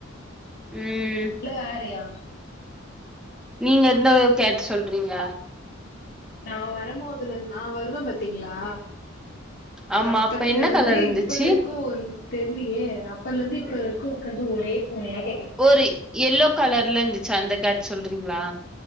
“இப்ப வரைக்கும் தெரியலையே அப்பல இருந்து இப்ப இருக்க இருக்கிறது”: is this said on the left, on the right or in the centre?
Left